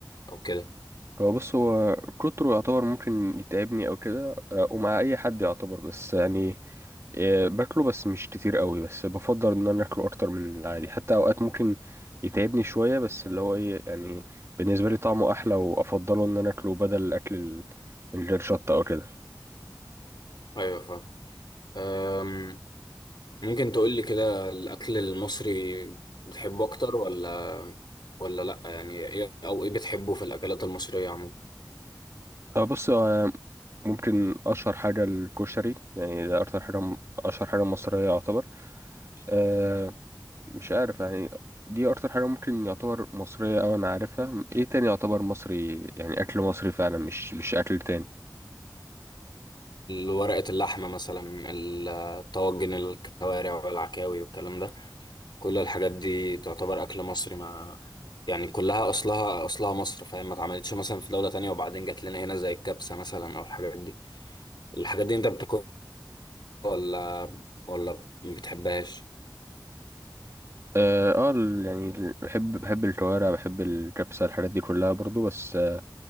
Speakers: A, on the left (about 80°); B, on the right (about 40°).
A: او كده
B: هو بص هو كتره يعتبر ممكن يتعبني او كده آه، ومع اي حد يعتبر بس يعني آه، باكله بس مش كتير قوي بس بفضل ان انا اكله اكتر من العادي حتى اوقات ممكن يتعبني شوية بس اللي هو ايه يعني بالنسبة لي طعمه احلى وافضله ان انا اكله بدل الاكل ال- من غير شطة او كده
A: ايوه فاهم أم، ممكن تقولي كده الاكل المصري بتحبه اكتر ولا ولا لا يعني ايه او ايه بتحبه في الاكلات المصريه عموما
B: آه، بص آه، ممكن اشهر حاجه الكشري يعني ده اكتر حاجه م- اشهر حاجه مصريه يعتبر أه مش عارف يعني دي اكتر حاجه ممكن يعتبر مصريه او انا عارفها ايه تاني يعتبر مصري يعني اكل مصري فعلا مش مش اكل تاني
A: ورقة اللحمة مثلا ال- الطواجن الكوارع والعكاوي والكلام ده كل الحاجات دي تعتبر أكل مصري ما يعني كلها أصلها أصلها مصر فاهم ما اتعملتش مثلا في دولة تانية وبعدين جات لنا هنا زي الكبسة مثلا أو الحاجات دي الحاجات دي أنت بتاكلها ولا ولا ما بتحبهاش؟
B: اه آه، ال- يعني ال- بحب بحب الكوارع بحب الكبسه الحاجات دي كلها برضو بس آه،